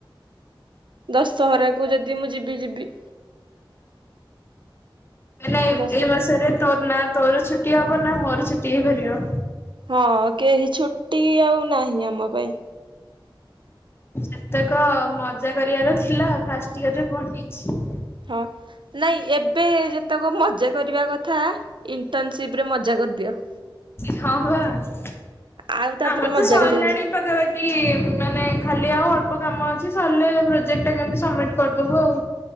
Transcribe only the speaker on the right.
ଦଶହରାକୁ ଯଦି ମୁଁ ଯିବି ଯିବି।
ଦଶ
ହଁ କେହି ଛୁଟି ଆଉ ନାହିଁ, ଆମ ପାଇଁ।
ହଁ ନାଇଁ ଏବେ ଯେତେକ ମଜା କରିବା କଥା ଇଣ୍ଟର୍ନସିପରେ ମ ମଜା କରଦିଅ।
ଆଉ ତାପରେ ମଜା
କରିହବନି।